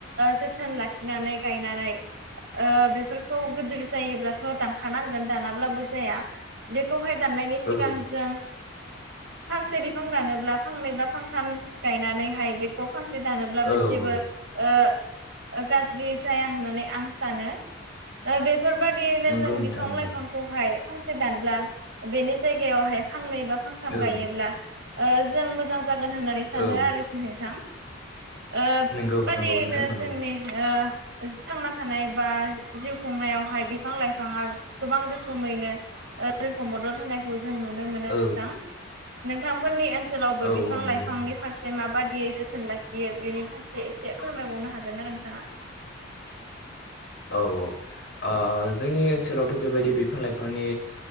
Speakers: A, on the right (about 70°); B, on the left (about 60°).
A: जोथोन लाखिनानै गायनानै बेफोरखौ गिदिर जायोब्लाथ' दानखानांगोन दानाब्लाबो जाया बेखौ हाय दाननायनि सिगां
B: औ
A: जों फांसे बिफां दानोब्ला फांनै बा फांथाम गायनानैहाय बेखौ फांसे दानोब्लाबो
B: औ
A: जेबो
B: औ
A: ओ गाज्रि जाया होननानै आं सानो ओ बे बेफोरबायाददियैनो
B: नंगौ
A: जों
B: नोंथां
A: बिफां
B: नंगौ
A: लाइफांखौहाय फांसे दानब्ला बेनि जायगायावहाय फांनै बा फांथाम
B: औ
A: गायोब्ला ओ जों मोजां जागोन होननानै सानो
B: औ
A: आरोखि नोंथां। ओ
B: नंगौ
A: बेबादियैनो
B: नंगौ नोंथां नंगौ
A: जोंनि ओ ओ थांना थानाय बा जिउ खुंनायावहाय बिफां लाइफाङा गोबां रोखोमैनो ओ जोंखौ मदद होनायखौ जों नुनो मोनो
B: औ
A: नोंथां नोंथांमोननि ओनसोलावबो
B: औ
A: बिफां
B: औ नंगौ
A: लाइफांनि
B: नोंथां
A: फारसे माबा दियै जोथोन लाखियो बेनि फारसे एसे फोरमायबावनो हागोन न नोंथाङा?
B: औ औ ओ जोंनि ओनसोलावथ' बेबायदि बिफां लाइफांनि